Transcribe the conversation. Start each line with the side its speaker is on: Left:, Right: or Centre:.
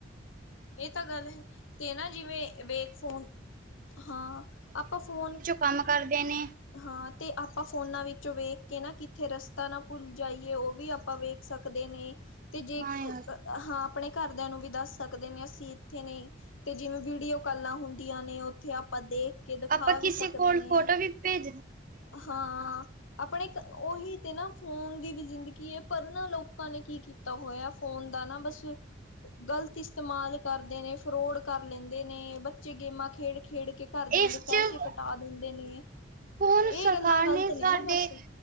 Left: ਏ ਤਾਂ ਗੱਲ ਹੈ, ਤੇ ਨਾ ਜਿਵੇਂ, ਵੀ ਇਕ ਫੋਨ, ਹਾਂ ਆਪਾਂ ਫੋਨ
Right: ਕਾੰਮ ਕਰਦੇ ਨੇ
Left: ਹਾਂ, ਤੇ ਆਪਾਂ ਫੋਨਾਂ ਵਿੱਚੋਂ ਵੇਖ ਕੇ ਨਾ ਕਿੱਥੇ ਰਸਤਾ ਨਾ ਭੁਲ ਜਾਈਐ, ਔ ਵੀ ਆਪਾਂ ਵੇਖ ਸਕਦੇ ਨੇ, ਤੇ ਜੇ
Right: ਹਾਂ ਯਾਰ
Left: ਕੋ ਅ ਹਾਂ ਆਪਣੇ ਘਰਦਿਆਂ ਨੂੰ ਵੀ ਦਾੱਸ ਸਕਦੇ ਨੇ ਅਸੀਂ ਇੱਥੇ ਨਈ। ਤੇ ਜਿਵੇਂ ਵੀਡੀਓ ਕਾਲਾਂ ਹੁੰਦੀਆਂ ਨੇ, ਉੱਥੇ ਆਪਾਂ ਦੇਖ ਕੇ ਦਿਖਾ
Right: ਆਪਾਂ ਕਿਸੇ
Left: ਵੀ ਸਕਦੇ
Right: ਕੋਲ
Left: ਨੇ।
Right: ਫੋਟੋ ਵੀ ਭੇਜ ਦਿੱ
Left: ਹਾਂ। ਆਪਣੇ ਓਹੀ ਤੇ ਨਾ ਫੋਨ ਦੀ ਵੀ ਜ਼ਿੰਦਗੀ ਐ, ਪਰ ਨਾ ਲੋਕਾਂ ਨੇ ਕੀ ਕੀਤੀ ਕੀ ਤਾਂ ਹੋਇਆ ਫੋਨ ਦਾ ਨਾ ਬਸ ਗ਼ਲਤ ਇਸਤੇਮਾਲ ਕਰਦੇ ਨੇ, ਫਰੋਡ ਕਰ ਲੈਂਦੇ ਨੇ ਬੱਚੇ ਗੇਮਾਂ ਖੇਡ-ਖੇਡ ਕੇ। ਘਰਦਿਆਂ
Right: ਇਸ
Left: ਦੇ
Right: ਚ
Left: ਪੈਸੇ ਕਟਾ ਦਿੰਦੇ ਨੇ।
Right: ਹੁਣ
Left: ਇਹ
Right: ਸਰਕਾਰ
Left: ਗੱਲਾਂ ਗ਼ਲਤ
Right: ਨੇ ਸਾਡੇ
Left: ਨਾ ਬਸ